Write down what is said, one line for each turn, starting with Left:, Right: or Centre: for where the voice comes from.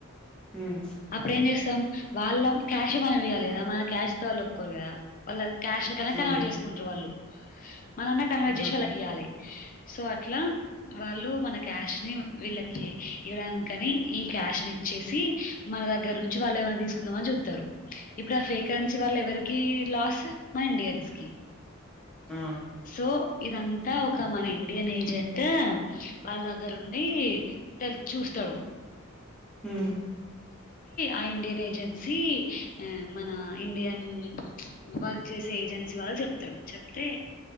Centre: ఉమ్ ఉమ్
Left: అప్పుడెం చేస్తాం వాళ్ళం క్యాషే మనం ఇయ్యాలి మన కాష్ ఇస్తేయ్ వాళ్లు ఒప్పుకోరు కదా క్యాష్ని కనుక కనవర్ట్
Centre: ఆ
Left: చేసుకుంటారు వాళ్ళు మనన్నా కన్వర్ట్
Centre: ఆహా
Left: చేసి వాళ్ళకి ఇయాలి సో అట్లా వాళ్ళు మన క్యాష్ ని వీళ్ళ ఈ ఇవ్వడానికీ ఈ కాష్ ఇచ్చేసి మనదగరిని వాల్లేమన్నతిసుకుందామని చుత్తరు ఇప్పుడు ఆ ఫేక్క్కరెన్సీ వాళ్లు ఎవరికి లాస్ మా ఇండియన్స్కి
Centre: ఆ
Left: సో ఇదంతా ఒక మన ఇండియన్ ఏజెంట్ వాళ్ళ దగ్గరుండి తెల్ చూస్త తరు
Centre: హ
Left: ఆ ఇండియన్ ఏజెన్సీ మన ఇండియన్ వర్క్ చేసే ఏజెన్సీ వాళ్ళ చెప్తాడు చెప్తే